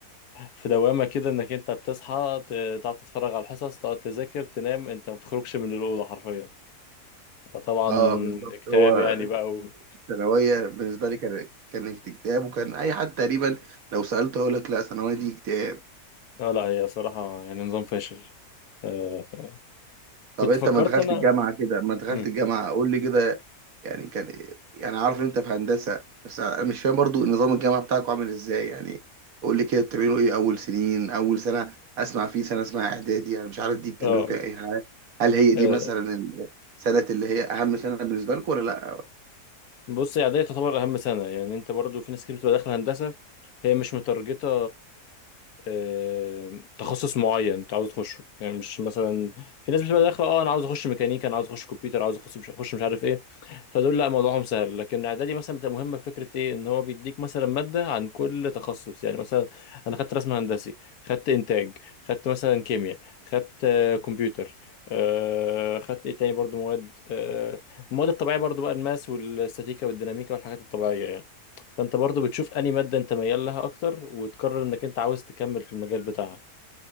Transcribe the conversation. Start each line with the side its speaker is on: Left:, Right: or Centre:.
Left: في دوامه كده انك انت بتصحى ت- تقعد تتفرج على الحصص تقعد تذاكر تنام انت ما بتخرجش من الاوضه حرفيا فطبعا
Right: اه بالظبط
Left: اكتئاب
Right: هو
Left: يعني بقى و...
Right: الثانويه بالنسبه لي كان كانت اكتئاب وكان اي حد تقريبا لو سالته يقول لك لا ثانويه دي اكتئاب
Left: لا لا هي صراحه يعني نظام فاشل آه، كنت
Right: طب انت
Left: فكرت
Right: ما دخلت
Left: انا
Right: الجامعه كده ما دخلت
Left: مم.
Right: الجامعه قول لي كده يعني كان يعني عارف ان انت في هندسه بس انا مش فاهم برضو نظام الجامعه بتاعكم عامل ازاي يعني قول لي كده بتعملوا ايه اول سنين اول سنه اسمع في سنه اسمها اعدادي انا مش عارف دي بتعملوا
Left: اه
Right: فيها ايه هل هل هي
Left: آه،
Right: دي مثلا السنه اللي هي اهم سنه بالنسبه لكم ولا لا
Left: بص هي اعدادي تعتبر اهم سنه يعني انت برضو في ناس كتير بتبقى داخله هندسه هي مش متارجته آه، تخصص معين انت عاوز تخشه يعني مش مثلا في ناس بتبقى داخله اه انا عاوز اخش ميكانيكا انا عاوز اخش كمبيوتر عاوز اخش مش اخش مش عارف ايه فدول لا موضوعهم سهل لكن اعدادي مثلا بتبقى مهمه فكره ايه ان هو بيديك مثلا ماده عن كل تخصص يعني مثلا انا خدت رسم هندسي خدت انتاج خدت مثلا كيمياء خدت آه، كمبيوتر آه خدت ايه تاني برضو مواد آه المواد الطبيعيه برضو بقى الماس والستاتيكا والديناميكا والحاجات الطبيعيه يعني فانت برضو بتشوف انهي ماده انت ميال لها اكتر وتقرر انك انت عاوز تكمل في المجال بتاعها